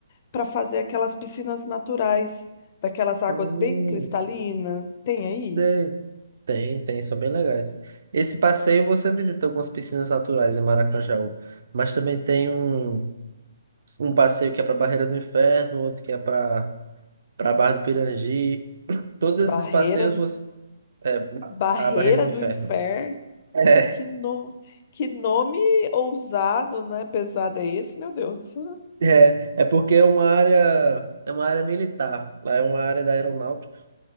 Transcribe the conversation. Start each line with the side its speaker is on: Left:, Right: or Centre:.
Left: para fazer aquelas piscinas naturais, daquelas águas
Right: Hum,
Left: bem cristalinas. Tem aí?
Right: Tem, tem, tem, são bem legais. Esse passeio você visita algumas piscinas naturais em Maracajaú, mas também tem um, um passeio que é para Barreira do Inferno, outro que é para para Barra do Pirangi. Todos
Left: Barreira,
Right: esses passeios você, é
Left: Barreira
Right: a Barreira do
Left: do
Right: Inferno.
Left: Inferno.
Right: <laughs> É,
Left: Que, no... que nome ousado, né? Pesado é esse, meu Deus. <laughs>
Right: é, é porque é uma área, é uma área militar. Lá é uma área da aeronáutica.